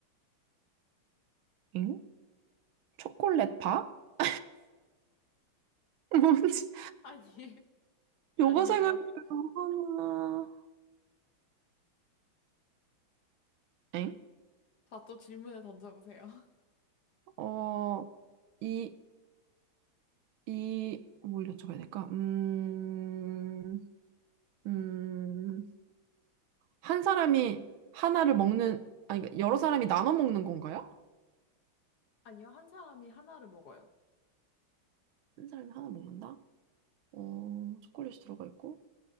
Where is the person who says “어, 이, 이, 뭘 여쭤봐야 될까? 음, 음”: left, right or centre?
Right